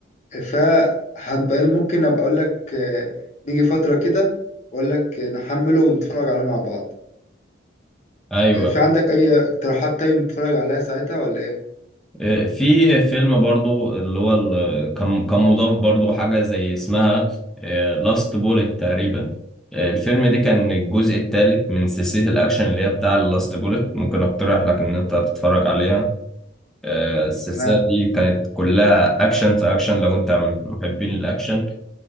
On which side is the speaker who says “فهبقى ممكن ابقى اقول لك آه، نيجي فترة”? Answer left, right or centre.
Left